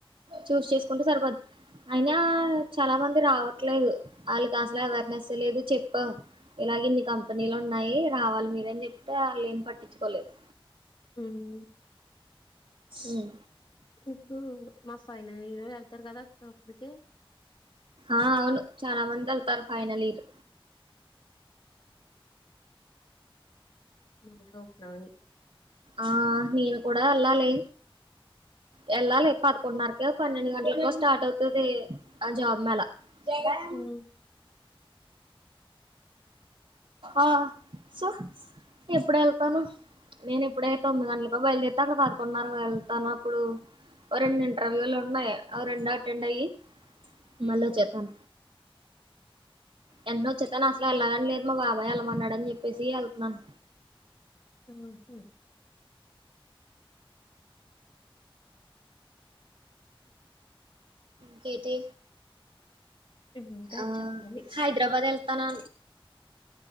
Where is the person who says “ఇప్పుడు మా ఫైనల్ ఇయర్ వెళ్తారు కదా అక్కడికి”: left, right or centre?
Left